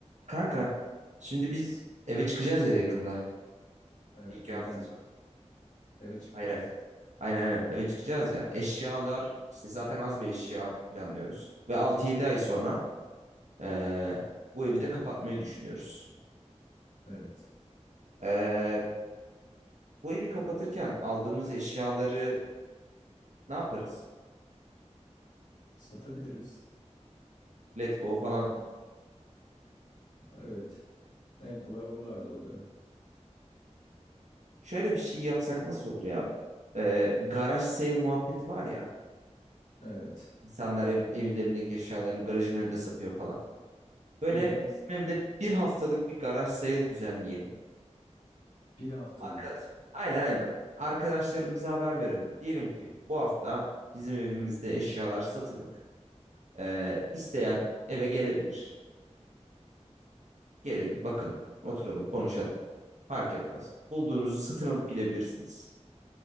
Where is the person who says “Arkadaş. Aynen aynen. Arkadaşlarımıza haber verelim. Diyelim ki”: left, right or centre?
Right